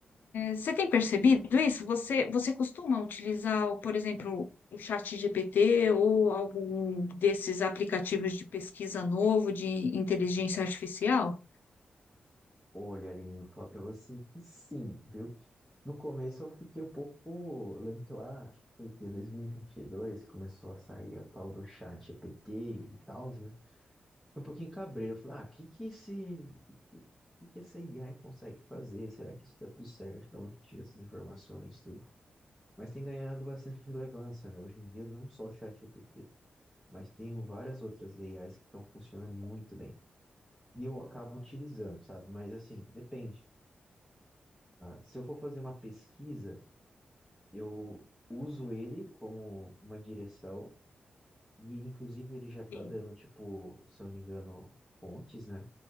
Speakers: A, on the left (about 85°); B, in the centre.
A: Você tem percebido isso? Você, você costuma utilizar, o- por exemplo, o chat GPT ou algum desses aplicativos de pesquisa novo de inteligência artificial?
B: Olha, Aline, eu vou falar pra você que sim, viu? No começo eu fiquei um pouco. Eu lembro que lá, acho que foi o quê? 2022, começou a sair a tal do chat GPT e tal, né? Fiquei um pouquinho cabreiro. Eu falei, ah, o que que esse. Que, que que que essa AI consegue fazer? Será que isso tá tudo certo? De onde tira essas informações, tudo? Mas tem ganhado bastante relevância, né? Hoje em dia, não só o chat GPT, mas tem várias outras AIs que estão funcionando muito bem. E eu acabo utilizando, sabe? Mas assim, depende. Se eu for fazer uma pesquisa, eu uso ele como uma direção, e inclusive ele já está
A: Sim.
B: dando, tipo, se eu não me engano, fontes, né?